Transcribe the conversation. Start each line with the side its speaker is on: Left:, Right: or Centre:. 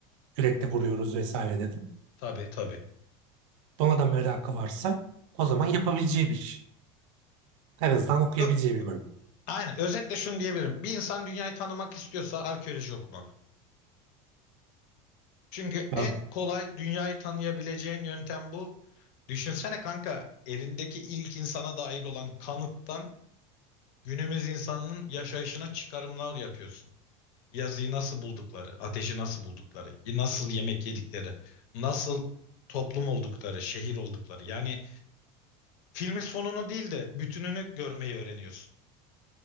Right: kürekle vuruyoruz vesaire dedim.
Left: Tabii tabii.
Right: Buna da merakı varsa o zaman yapabileceği bir iş. En azından okuyabileceği
Left: Ö-
Right: bir bölüm.
Left: Aynen. Özetle şunu diyebilirim. Bir insan dünyayı tanımak istiyorsa arkeoloji okumalı. Çünkü
Right: Tamam,
Left: en kolay dünyayı tanıyabileceğin yöntem bu. Düşünsene kanka elindeki ilk insana dair olan kanıttan Günümüz insanının yaşayışına çıkarımlar yapıyorsun. Yazıyı nasıl buldukları, ateşi nasıl buldukları, nasıl yemek yedikleri, nasıl toplum oldukları, şehir oldukları. Yani filmin sonunu değil de bütününü görmeyi öğreniyorsun.